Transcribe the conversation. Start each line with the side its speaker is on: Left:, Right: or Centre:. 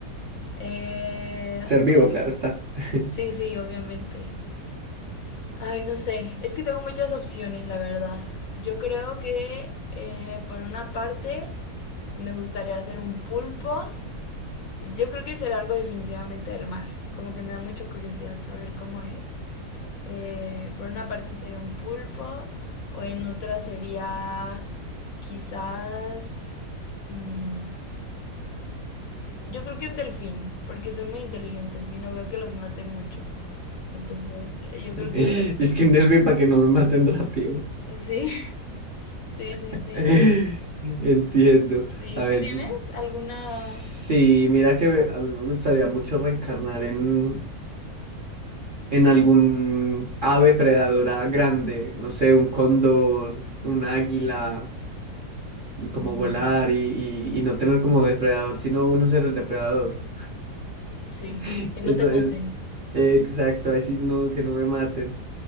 Left: Eh,
Right: Ser vivo,
Left: oh,
Right: claro está. <laughs>
Left: sí, sí, obviamente. Ay, no sé, es que tengo muchas opciones, la verdad. Yo creo que eh, por una parte me gustaría hacer un pulpo. Yo creo que es el algo definitivamente del mar. Como que me da mucha curiosidad saber cómo es. Eh, por una parte sería un pulpo, o en otra sería quizás... mm, yo creo que un delfín, porque son muy inteligentes y no veo que los maten mucho. Entonces, eh, yo creo
Right: Es
Left: que un delfín.
Right: que bien para que no me maten rápido.
Left: Sí, <laughs> sí, sí,
Right: <laughs>
Left: sí.
Right: Entiendo.
Left: Sí,
Right: A ver,
Left: ¿tú tienes
Right: y-
Left: alguna...
Right: sí, mira que me- a mí me gustaría mucho reencarnar en, en algún ave predadora grande, no sé, un cóndor, un águila, y como
Left: Mm,
Right: volar y, y- y no tener como depredador, sino uno ser el depredador.
Left: sí,
Right: <laughs>
Left: que no
Right: Eso
Left: te maten?
Right: es eh, exacto, así no, que no me maten.